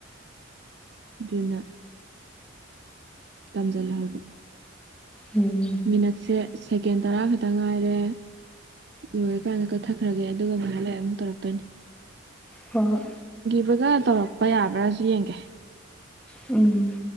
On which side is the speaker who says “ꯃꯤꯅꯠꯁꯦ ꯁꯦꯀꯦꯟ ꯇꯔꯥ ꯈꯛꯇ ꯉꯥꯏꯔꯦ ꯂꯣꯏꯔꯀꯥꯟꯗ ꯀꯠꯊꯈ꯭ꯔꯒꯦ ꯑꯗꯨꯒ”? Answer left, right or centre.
Right